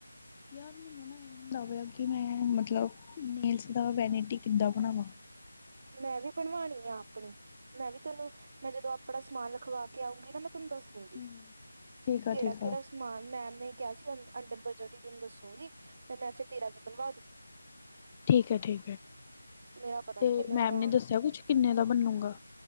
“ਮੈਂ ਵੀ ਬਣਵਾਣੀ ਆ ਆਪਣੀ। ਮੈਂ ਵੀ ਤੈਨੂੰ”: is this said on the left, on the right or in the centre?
Right